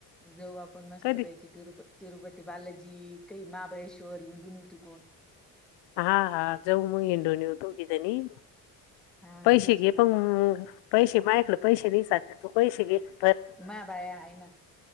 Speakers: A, in the centre; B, on the left (about 80°).
A: जाऊ आपण मस्त
B: कधी
A: पैकी तिरूप तिरुपती बालजी काही महाबळेश्वर हिंडून येऊ तीकुन.
B: हा हा जाऊ म हिंडून येऊ दोघी जणी.
A: हा
B: पैसे
A: तेच
B: घे
A: आहे ना
B: पण पैसे मायाकडे पैसे नाही सा पैसे घे <unintelligible>
A: माया बाया आहे ना